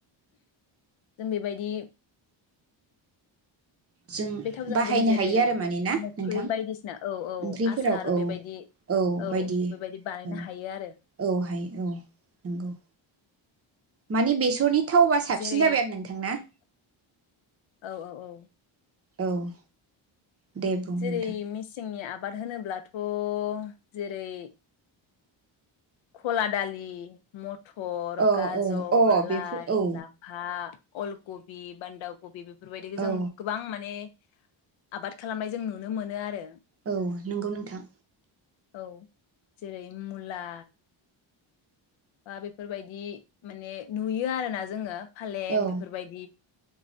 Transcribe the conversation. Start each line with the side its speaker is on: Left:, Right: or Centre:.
Left: जों बेबायदि
Right: जों
Left: बे थावजों
Right: बाहायनो
Left: जों जेरै
Right: हायो आरो माने ना
Left: मोखै
Right: नोंथां
Left: बायदिसिना औ औ
Right: ओंख्रिफोराव
Left: आसार
Right: औ
Left: बेबायदि
Right: -औ
Left: औ
Right: बायदि
Left: बेबायदि बानायनो
Right: औ -औ
Left: हायो आरो
Right: हायो औ नंगौ। माने बेसरनि थावबा साबसिन
Left: जेरै
Right: जाबाय आरो नोंथांना?
Left: औ- औ -औ।
Right: औ। दे बुं
Left: जेरै
Right: नोंथां
Left: -मिसिंनि आ बाद होनोब्लाथ' जेरै खला दालि म टर,
Right: औ
Left: गाजर,
Right: औ अ बेफोर
Left: लाइ
Right: औ
Left: -लाफा अलकबि, बान्दाकबि बेफोरबायदिखौ
Right: औ
Left: जों गोबां माने आबाद खालामनाय जों नुनो मोनो आरो।
Right: औ नंगौ नोंथां।
Left: औ जेरै- मुला बा बेफोरबायदि माने नुयो आरोना जोङो। फालें
Right: औ
Left: बेफोरबायदि